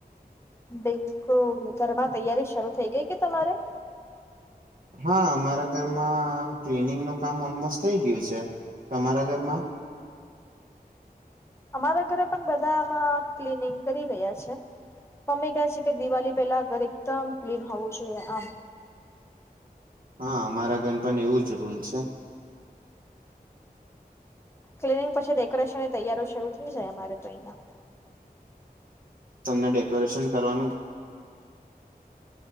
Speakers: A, on the left; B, on the right.
A: બિલકુલ. ઘરમાં તૈયારી શરૂ થઇ ગઈ કે તમારે?
B: હા, અમારા ઘરમાં ક્લનિંગનું કામ ઓલમોસ્ટ થઈ ગયું છે. તમારા ઘરમાં?
A: અમારા ઘરે પણ બધામાં ક્લિનિંગ કરી રહ્યા છે. મમ્મી કહે છે કે દિવાળી પેલા ઘર એકદમ ક્લીન હોવું જોઈએ આમ.
B: હા, અમારા ઘન પણ એવું જ રૂલ છે.
A: ક્લીનિંગ પછી ડેકોરેશનની તૈયારીઓ શરૂ થઈ જાય અમારે તો અહિયાં.
B: તમને ડેકોરેશન કરવાનું